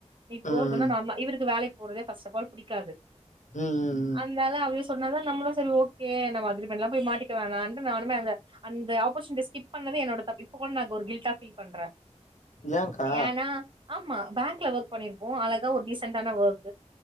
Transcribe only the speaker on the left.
ம்
ம்
ஏன்க்கா